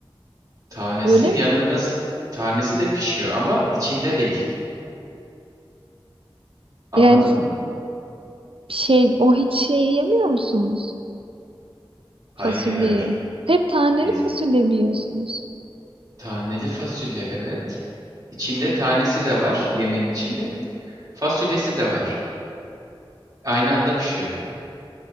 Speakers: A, on the right; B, on the right.
A: Tanesi
B: öyle
A: yanında,
B: mi?
A: s- tanesi de pişiyor ama içinde değil. Anladın
B: Yani
A: mı?
B: şey o hiç şey yemiyor musunuz?
A: Hayır.
B: Fasulyeyi. Hep taneli
A: Ey-
B: fasulye mi yiyorsunuz?
A: Taneli fasulye, evet. İçinde tanesi de var, yemeğin içinde. Fasulyesi de var. Aynı anda pişiyor.